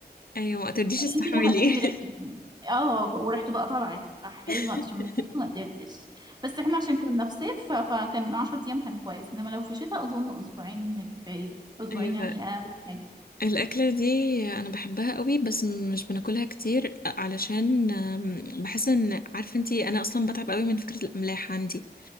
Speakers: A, on the left; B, on the right.
A: ايوه ما ترديش
B: انتي
A: استحملي
B: بقى هتشمي ريحته كمان اه وريحته بقى طلعت صحي
A: <laughs>
B: ما شميت ريحته ما قدرتش بس احنا عشان كنا في صيف ف- فكان 10 ايام كان كويس انما لو في شتاء اظن اسبوعين كفايه اسبوعين
A: ايوه
B: يعني اقل حاجه
A: الاكله دي انا بحبها قوي بس مش بناكلها كتير علشان أم، بحس ان عارفه انتي انا اصلا بتعب قوي من فكره الاملاح عندي